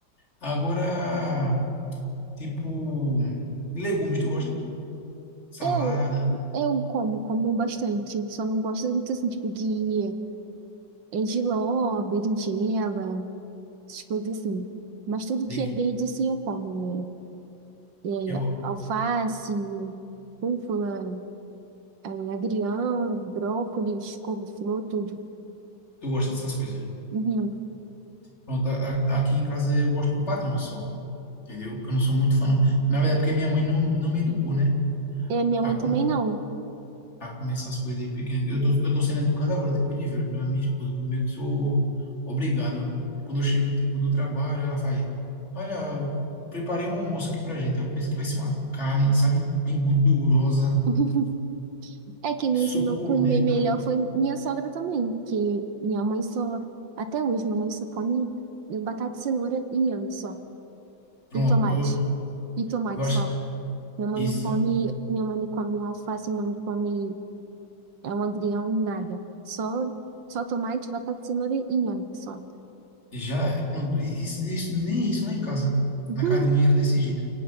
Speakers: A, on the left; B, on the right.
A: Agora, tipo, legumes, tu gosta? Salada,
B: Eu, eu como, como bastante. Só não gosto muito assim, tipo, de eh, jiló, berinjela, essas coisas assim. Mas tudo
A: de...
B: que é verde, assim, eu como. É, é,
A: eu,
B: alface, rúcula, eh, agrião, brócolis, couve-flor, tudo.
A: tu gosta dessas coisas.
B: Uhum.
A: Pronto, a- a- aqui em casa eu gosto do padrão só, entendeu? Que eu não sou muito fã, não. Na verdade, porque minha mãe não, não me educou, né?
B: E a minha
A: A,
B: mãe
A: com-
B: também não.
A: a comer essas coisas de pequeno. Eu tô, eu tô sendo educado agora, depois de ver pela minha esposa, que eu meio que sou obrigado. Quando eu chego, tipo, do trabalho, ela faz, olha, preparei um almoço aqui pra gente. Eu penso que vai ser uma carne, sabe, bem gordurosa,
B: <laughs> É quem me ensinou
A: suculenta.
B: a comer melhor foi minha sogra também, que minha mãe só, até hoje, minha mãe só come batata, cenoura e inhame só,
A: Pronto,
B: e tomate,
A: eu,
B: e tomate
A: eu acho
B: só. Minha mãe
A: que isso
B: não come, minha mãe não come um alface, minha mãe não come é um agrião, nada. Só, só tomate, batata, cenoura e inhame só.
A: já, é- pronto, isso, isso, nem isso, nem em casa.
B: Uhum,
A: Na casa de manhã era desse jeito.